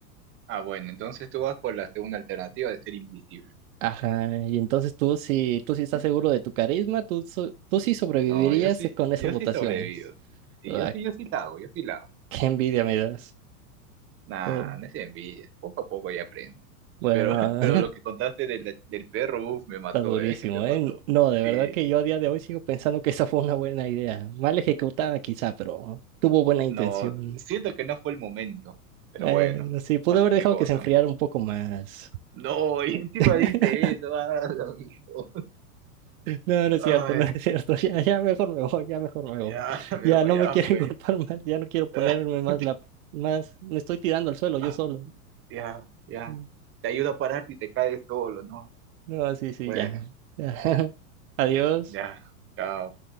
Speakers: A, on the right; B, on the right.
A: Ah, bueno, entonces tú vas por la segunda alternativa de ser invisible.
B: Ajá, y entonces tú sí, tú sí estás seguro de tu carisma, tú, so- tú sí sobrevivirías
A: No, yo sí,
B: con esas
A: yo
B: votaciones.
A: sí sobrevivo. Sí,
B: Ah,
A: yo sí, yo sí la hago, yo sí la hago.
B: qué envidia me das.
A: Nah,
B: Oh,
A: no es envidia. Poco a poco ya aprendes.
B: bueno,
A: Pero, <laughs> pero
B: <laughs>
A: lo que contaste del, del perro, uff, me mató,
B: está durísimo,
A: eh, <laughs> me mató.
B: ¿eh? No, de verdad
A: Sí,
B: que yo a día de hoy sigo pensando que esa fue una buena idea. Mal ejecutada quizá, pero tuvo buena intención.
A: no, siento que no fue el momento. Pero
B: Bueno,
A: bueno,
B: sí, pude
A: pasa
B: haber dejado
A: qué cosa.
B: que se enfriara un poco más.
A: No, <laughs> y encima
B: <laughs>
A: dice eso. <laughs> ah, lo mismo.
B: No, no es cierto,
A: Ay,
B: no es cierto. <laughs> Ya, ya mejor me voy, ya mejor me
A: ya,
B: voy.
A: <laughs> viejo,
B: Ya no
A: ya
B: me quieren
A: fue.
B: <laughs> contar más, ya no quiero ponerme
A: <laughs>
B: más la, más, me estoy tirando al suelo yo
A: Ah,
B: solo.
A: Ya, ya.
B: Mm.
A: Te ayuda a pararte y te caes solo, ¿no?
B: No, sí, sí,
A: Bueno,
B: ya. <laughs> Adiós.
A: ya, chao.